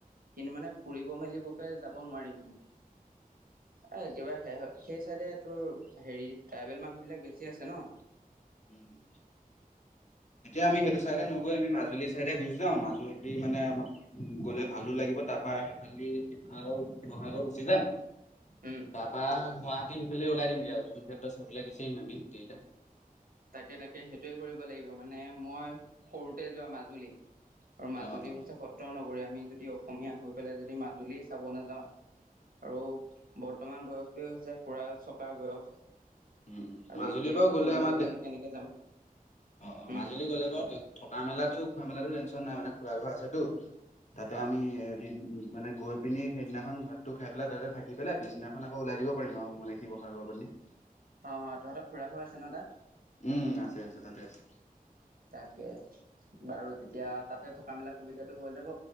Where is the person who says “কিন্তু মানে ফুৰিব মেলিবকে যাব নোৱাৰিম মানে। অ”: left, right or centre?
Right